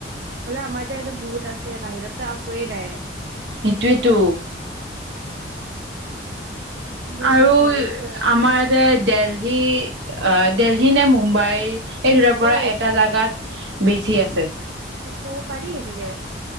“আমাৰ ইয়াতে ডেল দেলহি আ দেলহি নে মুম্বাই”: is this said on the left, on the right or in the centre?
Right